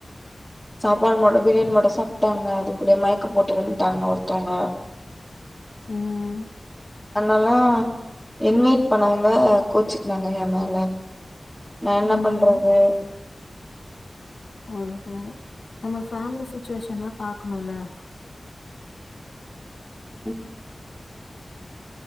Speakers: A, in the centre; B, on the left.
A: சாப்பாடு மட்டும் பிரியாணி மட்டும் சாப்பிட்டாங்க அதுக்குள்ளே மயக்கம் போட்டு விழுந்துட்டாங்க ஒருத்தவங்க
B: உஹம்
A: அதனாலாம் இன்வைட் பண்ணவங்க கோச்சுக்குனாங்க ஏன் மேல நான் என்ன
B: ம்.
A: பண்றது
B: புரியுது நம்ம ஃபேமிலி சிச்சுவேஷன்லாம் பாக்கணும்ல
A: உஹம் <unintelligible>